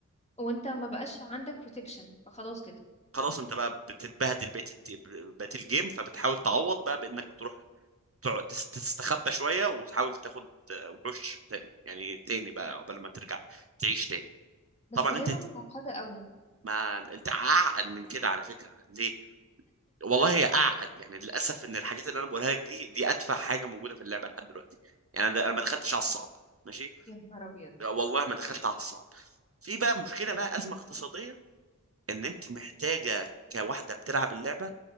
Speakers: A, on the left; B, on the right.
A: وانت ما بقاش عندك بروتكشن فخلاص كده
B: خلاص انت بقى بتتبهدل بقيت الت- بقيت الجيم فبتحاول تعوض بقى بانك تروح تع- تس- تستخبى شويه وتحاول تاخد وحوش تاني يعني تاني بقى قبل ما ترجع تعيش تاني
A: بس
B: طبعا
A: لعبة
B: انت ت-
A: معقدة قوي
B: ما انت اعقد من كده على فكره ليه والله هي اعقد يعني للاسف ان الحاجات اللي انا بقولها لك دي دي ادفع حاجه موجوده في اللعبه لحد دلوقتي يعني انا أنا ما دخلتش على الصعب ماشي
A: يا نهار ابيض
B: والله ما دخلت على الصعب في بقى مشكله بقى ازمه اقتصاديه ان انت محتاجه كواحده بتلعب اللعبه